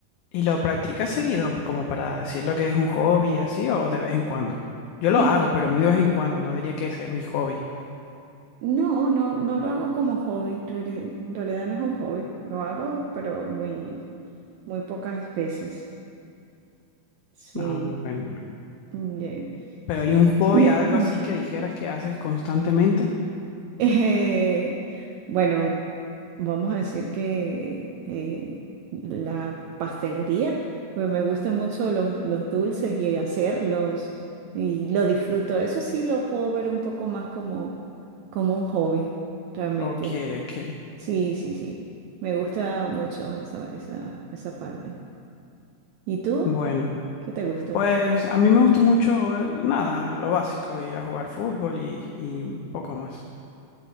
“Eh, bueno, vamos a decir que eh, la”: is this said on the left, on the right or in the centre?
Right